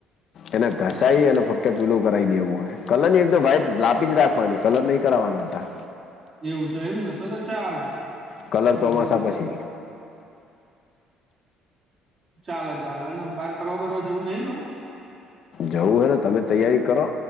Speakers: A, on the left (about 50°); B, on the right (about 35°).
A: એને ઘસાઈ અને ફક્ત પેલું કરાય દેવું હ. કલર ની એકદમ વ્હાઈટ લાપી જ રાખવાની. કલર નય કરાવવાનો અતાર.
B: એવું છે એમ ને તો તો ચાલે
A: કલર
B: શું
A: ચોમાસા
B: કો બીજું.
A: પછી
B: ચાલે ચાલે અને બહાર ફરવા બરવા જવું નય હવે.
A: જવું હને તમે તૈયારી કરો